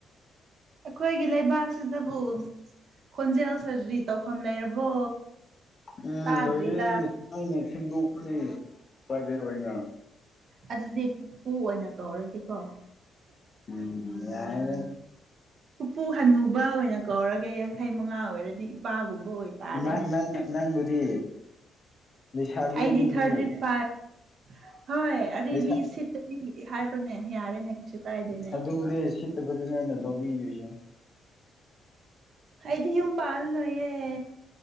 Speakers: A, on the right (about 55°); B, on the left (about 40°).
A: ꯑꯩꯈꯣꯏꯒꯤ ꯂꯩꯕꯥꯛꯁꯤꯗꯕꯨ ꯈꯣꯟꯖꯦꯜ ꯁꯔꯖꯔꯤ ꯇꯧꯐꯝ ꯂꯩꯔꯕꯣ
B: ꯎꯝ
A: ꯇꯥꯗ꯭ꯔꯤꯗ
B: ꯂꯩꯌꯦ ꯑꯩꯅ ꯁꯦꯝꯗꯣꯛꯄꯅꯤ ꯄ꯭ꯔꯥꯏꯚꯦꯠ ꯑꯣꯏꯅ
A: ꯑꯗꯨꯗꯤ ꯄꯨꯄꯨ ꯑꯣꯏꯅ ꯀꯧꯔꯒꯦꯀꯣ
B: ꯎꯝ ꯌꯥꯔꯔ
A: ꯍꯄꯨ ꯍꯟꯅꯨꯕ ꯑꯣꯏꯅ ꯀꯧꯔꯒꯦ ꯌꯥꯡꯈꯩ ꯃꯉꯥ ꯑꯣꯏꯔꯗꯤ ꯅꯨꯄꯥꯒꯨꯝꯕ ꯑꯣꯏꯇꯥꯔꯦꯅꯦ
B: ꯅꯪ ꯅꯪ ꯅꯪꯕꯨꯗꯤ ꯂꯩꯁꯥꯕꯤ
A: ꯑꯩꯗꯤ
B: ꯑꯔꯤꯕꯤ
A: ꯊꯥꯔꯇꯤ ꯐꯥꯏꯚ ꯍꯣꯏ ꯑꯔꯤꯕꯕꯤ
B: ꯂꯩꯁꯥ
A: ꯁꯤꯠꯇꯗꯤ ꯍꯥꯏꯔꯣꯅꯦ ꯌꯥꯔꯦꯅꯦ ꯀꯩꯁꯨ ꯀꯥꯏꯗꯦꯅꯦ
B: ꯑꯗꯨꯅꯦ ꯁꯤꯠꯇꯕꯗꯨꯅꯦ ꯑꯩꯅ ꯂꯧꯕꯤꯗꯣꯏꯁꯦ
A: ꯑꯩꯗꯤ ꯌꯨꯝ ꯄꯥꯜꯂꯌꯦꯦ